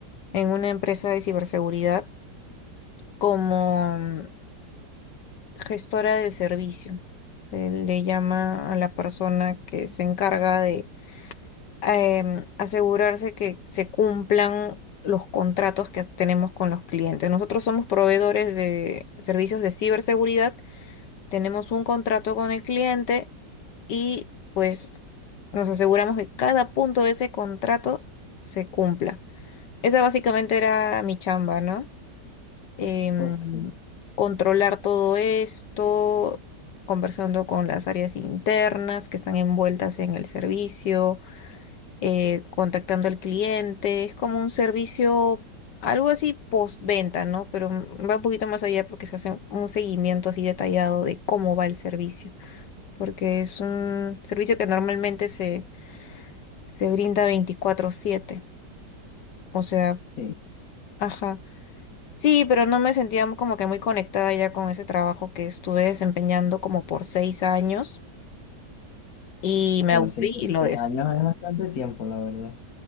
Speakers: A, on the left; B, on the left.
A: en una empresa de ciberseguridad como mm, gestora del servicio. Se le llama a la persona que se encarga de em, asegurarse que se cumplan los contratos que tenemos con los clientes. Nosotros somos proveedores de servicios de ciberseguridad tenemos un contrato con el cliente y pues nos aseguramos que cada punto de ese contrato se cumpla. Esa básicamente era mi chamba, ¿no? Em,
B: Ok,
A: controlar todo esto, conversando con las áreas internas que están envueltas en el servicio, eh, contactando al cliente. Es como un servicio, algo así postventa, ¿no? Pero va un poquito más allá porque se hace un seguimiento así detallado de cómo va el servicio porque es un servicio que normalmente se, se brinda veinticuatro siete O sea,
B: sí,
A: ajá. Sí, pero no me sentía como que muy conectada ya con ese trabajo que estuve desempeñando como por seis años y me
B: como
A: aburrí
B: seis,
A: y lo
B: seis
A: dejé.
B: años es bastante tiempo, la verdad.